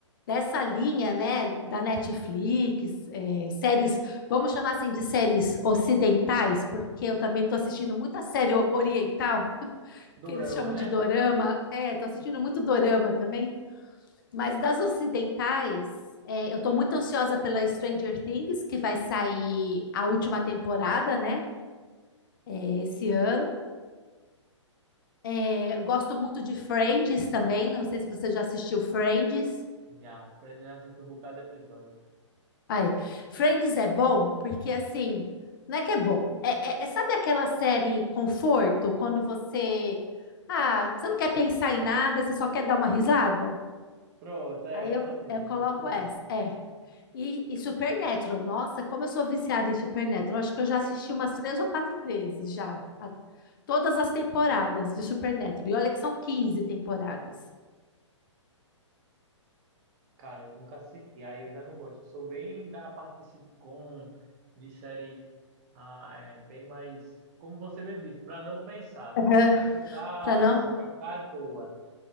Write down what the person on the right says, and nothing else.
Dorama,
né?
Já, Fred já assistiu um bocado de episódio.
Pronto, é
ela
mesmo,
muito boa.
Cara, eu nunca assisti, aí eu já não gosto. Eu sou bem da parte de sitcom, de série, ah, é, bem mais, como você mesmo disse, para não pensar,
só para ficar,
só para ficar à toa.